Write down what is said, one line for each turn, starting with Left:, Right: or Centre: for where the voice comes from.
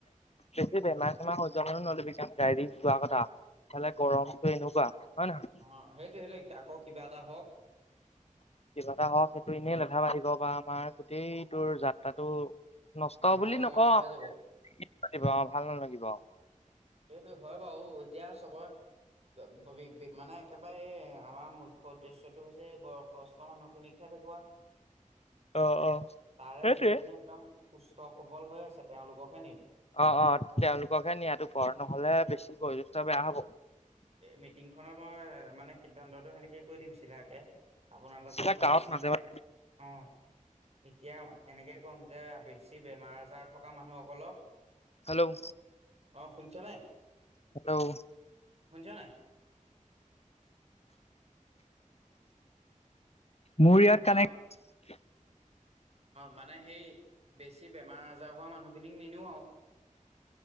Left: বেছি বেমাৰ-চেমাৰ হৈ যোৱা মানুহ নলবি কাকো। গাড়ীত যোৱা কথা, ইফালে গৰমটো এনেকুৱা। হয় নহয়
Right: অ' সেইটো সেইটোৱে, আকৌ কিবা এটা হওক।
Left: কিবা এটা হওক সেইটো এনেই লেঠা বাঢ়িব বা আমাৰ গোটেই তোৰ যাত্ৰাটো <unintelligible>
Right: ভাল
Left: বুলি
Right: নালগা
Left: নকওঁ
Right: হৈ যাব
Left: ভাল নালাগিব।
Right: সেইটো হয় বাৰু এতিয়া চবৰে। মানে, একেবাৰে আমাৰ মুখ্য উদ্দেশ্যটো হৈছে বয়সস্থ মানুহখিনিক হে দেখুৱা।
Left: <inaudible> অ
Right: তাৰে
Left: সেইটোৱে।
Right: যোনখিনি একদম সুস্থ সবল হৈ আছে, তেওঁলোককহে নিম।
Left: অ' অ' তেওঁলোককহে নিয়াতো কৰ, নহলে বেছি বয়োজেষ্ঠ বেয়া হব।
Right: মিটিং খনত মই মানে সিদ্ধান্তটো সেনেকে কৈ দিম। চিধাকে, আপোনালোকৰ
Left: এইবিলাক
Right: বেছি
Left: গাঁৱত মাজে
Right: মানে-অ'।
Left: মাজে
Right: এতিয়া এনেকে ক'ম যে বেছি বেমাৰ আজাৰ থকা মানুহক সকলক,
Left: হেল্ল'
Right: অ', শুনিছানে?
Left: হেল্ল'
Right: শুনিচ নাই, হেল্ল'
Left: মোৰ ইয়াত কানেক্ট
Right: অ মানে সেই বেছি বেমাৰ আজাৰ হোৱা মানুহখিনিক নিনিও আৰু